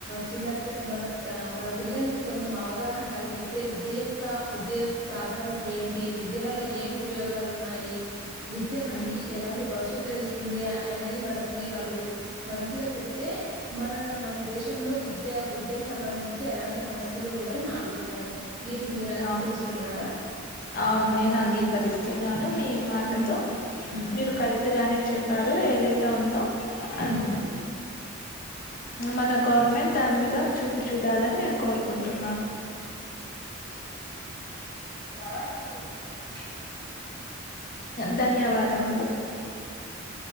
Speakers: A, on the right; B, on the left.
A: చిన్న మన మన పిల్లలకి కొంచెం అవగాహన కల్పిస్తే, విద్య యొక్క విద్య యొక్క ప్రాధాన్యత ఏంటి, విద్య వల్ల ఏం ఉపయోగాలు ఉన్నాయి. విద్య మనకి
B: ఉమ్,
A: ఎలాంటి భవిష్యత్తును ఇస్తుంది అనేది. మనకి వాళ్ళు మంచిగా చెప్తే, మన మన దేశంలో విద్య విద్యకు సంబంధించి ఎలాంటి సమస్యలు ఉండని నా అభిప్రాయం. దీనికి మీరు అంగీకరిస్తున్నారా.
B: ఆ అవును నేను అంగీకరిస్తున్నాను మీ మాటతో.
A: ఉమ్ ఉమ్
B: మీరు కరెక్టుగానే చెప్పార్ రూ ఏదైతే ఉందో. అన్
A: ఉమ్
B: మనం గవర్మెంట్ దాని మీద చూపు చూడాలని నేను కోరుకుంటున్నాను.
A: పాదల <unintelligible>
B: ధన్యవాదములు